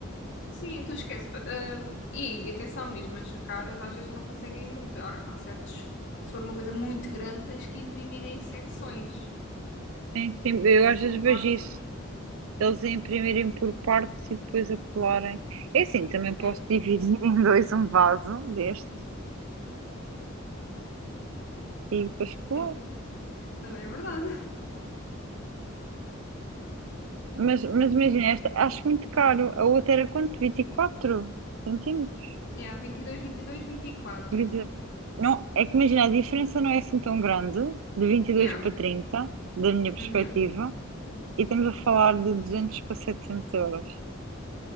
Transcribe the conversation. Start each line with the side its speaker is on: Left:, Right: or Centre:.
Left: Sim, tu esquece. pa- ah, e, e atenção mesmo, as caras às vezes não conseguem muito. Há, há certos. Se for uma coisa muito grande, tens que imprimir em secções
Right: Sim, sim,
Left: e depois
Right: eu às
Left: juntar
Right: vezes vejo
Left: tudo.
Right: isso. Eles a imprimirem por partes e depois a colarem. É assim, também posso
Left: Yeah.
Right: dividir <laughs> em dois um vaso destes e depois colar.
Left: Sim, também é verdade.
Right: Mas, mas imagina esta, acho muito caro. A outra era quanto? 24 centímetros?
Left: Yeah, 22, 22, 24.
Right: Vinte- e- Não, é que imagina, a diferença não é assim tão grande, de vinte e dois
Left: Yeah.
Right: para 30, da minha perspectiva,
Left: Uhum,
Right: e estamos a falar de 200 para 700 euros.